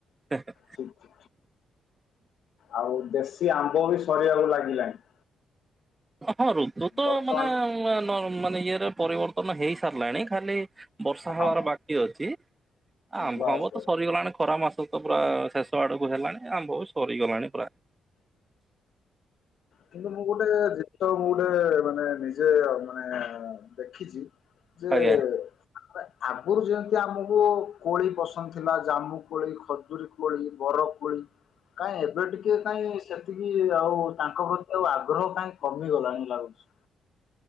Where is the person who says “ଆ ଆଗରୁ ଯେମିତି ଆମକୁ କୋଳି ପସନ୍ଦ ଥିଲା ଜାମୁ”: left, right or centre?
Left